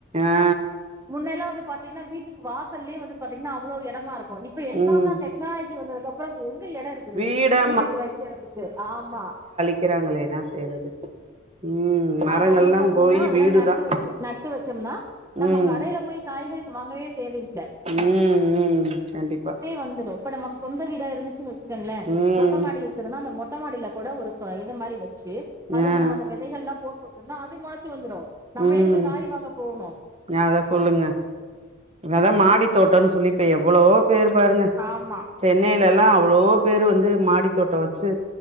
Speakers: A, on the right (about 30°); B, on the right (about 15°).
A: ஆ
B: முன்னெல்லா வந்து பாத்தீங்னா வீட் டிக் வாசல்லயே வந்து பாத்தீங்கன்னா அவ்ளோ எடமாரு க்கு இப்ப எல்லாம
A: ம்
B: டெக்னாலஜி வந்ததுகப்றோ எங்க எடோருக்குது
A: வீடா
B: வீட்டுக்கு வக்கற்துக்கு ஆமா
A: க்கிறாங்களே என்னா செய்றது ம் மரங்கள்லா
B: அப்ப வந்து பாத்தீங்ன்னா
A: போயி
B: அதல்லா
A: வீடுதா
B: நட்டு வச்சு நட்டு வச்சம்னா நம்ம
A: ம்
B: கடைல போய் காய்கறி வாங்கவே தேவயில்ல
A: ம் ம் கண்டிப்பா
B: வந்துடு இப்ப நமக்கு சொந்த வீடா இருந்துச்சுன் வச்சுக்கங்ளே
A: ம்
B: மொட்ட மாடி இரு ந்துதுனா அந்த மொட்டமாடில கூட ஒரு இது மாரி வச்சு அதுல
A: ஆ
B: நம்ம அந்த வெதைகள்லா போ ட்டு வச்சம்ன்னா அது மொளச்சு வந்துரு நம்ம
A: ம்
B: எதுக்கு காய் வாங்க போனு
A: அத சொல்லுங்க அதா மாடி தோட்டோன் சொல்லி இப்ப எவ்ளோ பேர் பாருங்க
B: ஆமா
A: சென்னைலல்லா அவ்ளோ பேரு வந்து மாடி தோட்டோ வச்சு